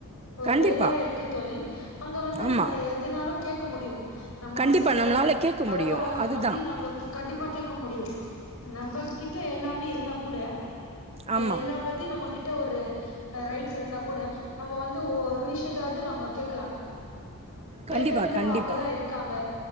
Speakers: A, on the left; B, on the right.
A: ஒரு
B: கண்டிப்பா.
A: வேலையா இருக்கு தோழி அங்க வந்து
B: ஆமா.
A: நம்ம எதுனாலு கேக்க முடியு நம்ம
B: கண்டிப்பா
A: பசங்களோட
B: நம்மளால கேட்க
A: பழக்க
B: முடியும்.
A: வழக்கம்
B: அதுதான்.
A: பத்தி நாங்க கண்டிப்பா கேக்க முடியு நம்ப கிட்ட எல்லாமே இருந்தாகூட
B: ஆமா.
A: எல்லா பத்தி பத்தி நம்மகிட்ட ஒரு ரைட்ஸ் இருந்தா கூட நம்ம வந்து ஒரு விஷ்யத்த அதி நம்ம கேக்கலா டேடைம்ல
B: கண்டிப்பா, கண்டிப்பா.
A: அங்கதா இர்க்காங்க